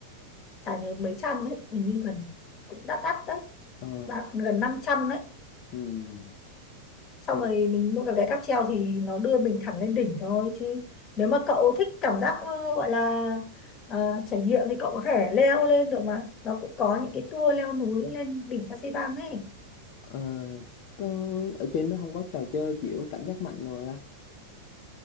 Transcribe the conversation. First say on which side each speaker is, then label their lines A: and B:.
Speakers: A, on the left; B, on the left.
A: trả nhớ mấy trăm ấy mình như gần cũng đắt đắt đấy
B: ờ
A: Đã- gần 500 đấy
B: ừm,
A: xong
B: thì
A: rồi mình mua cái vé cáp treo thì nó đưa mình thẳng lên đỉnh thôi chứ nếu mà cậu thích cảm giác ờ, gọi là ờ, trải nghiệm thì cậu có thể leo lên được mà nó cũng có những cái tour leo núi lên đỉnh Phan Xi Pang ấy
B: ờ, có- ở trên nó không có trò chơi kiểu cảm giác mạnh rồi ta